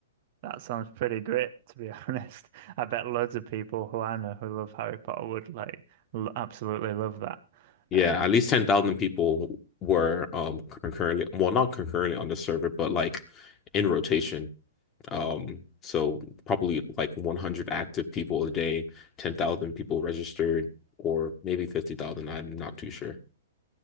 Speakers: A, on the right (about 50°); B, on the left (about 25°).
A: That sounds pretty great, to be <laughs> honest. I bet loads of people who I know who love Harry Potter would like l absolutely love that.
B: Yeah,
A: Uh,
B: at least 10,000 people were um concurrently, well, not concurrently on the server, but like in rotation. Um, so probably like 100 active people a day, 10,000 people registered, or maybe 50,000. I'm not too sure.